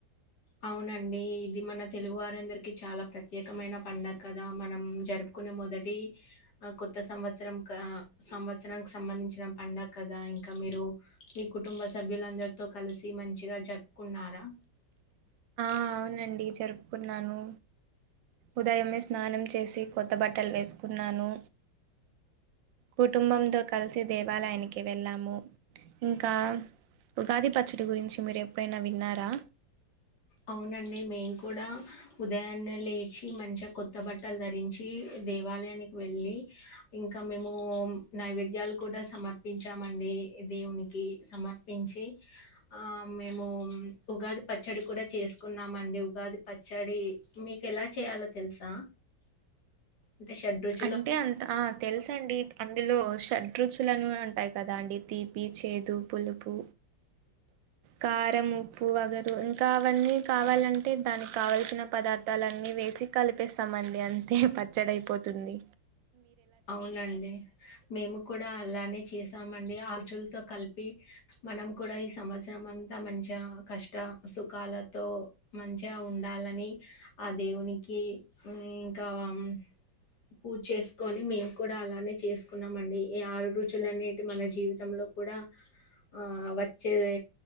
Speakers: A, on the left; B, on the right.
A: అవునండి ఇది మన తెలుగు వారందరికీ చాలా ప్రత్యేకమైన పండగ కదా మనం జరుపు మొదటి కొత్త సంవత్సరం సంవత్సరానికి సంబంధించిన పడుగ కద మీరు మీ కుటుంబ సభ్యులందరితో కలిసి మంచిగా జపుకున్నారా
B: ఆ అవునండి జరుపుకున్నాను ఉదయమే స్నానం చేసి కొత్త బట్టలు వేసుకున్నాను కుటుంబంతో కలిసి దేవాలయానికి వెళ్ళాము ఇంకా ఉగాది పచ్చడి గురించి మీరు ఎప్పుడైనా విన్నారా
A: అవునండి మేము కూడా ఉదయాన్నే లేచి మంచిగా కొత్త బట్టలు ధరించి దేవాలయానికి వెళ్ళి ఇంకా మేము నైవేద్యాలు కూడా సమర్పించామండి దేవునికి సమర్పించి ఆ మేము ఉగాది పచ్చడి కూడా తి చేసుకున్నామండి ఉగాది పచ్చడి మీకు ఎలా చేయాలో తెలుసా అంటే షెట్ రుచ్
B: అంటే అంత ఆ తెలుసండి అందులో షెట్ రుచులాన్ని ఉంటాయి కదా అండి తీ చేదు పులుపు కారం ఉప్పు వగరు ఇంకా అవన్ని కావాలంటే దానికి కావల్సిన పదార్థాల అన్ని వేస్ సి కలిపేస్తామండి అంతే పచ్చడైపోతుంది.
A: అవునండి మేము కూడా అలానే చేసామండి ఆర్చులతో కలిపి మనం కూడా ఈ సంవత్సరం అంతా మంచిగా కష్టా సుఖాలతో మంచిగా ఉండాలని ఆ దేవునికి ఇంకా ఆ అవును పూజచేస్ కొని మేము కూడా అలానే చేసుకున్నామండి. ఈ ఆరు రుచులు అనేటి మన జీవితంలో కూడా ఆ వచ్చేదే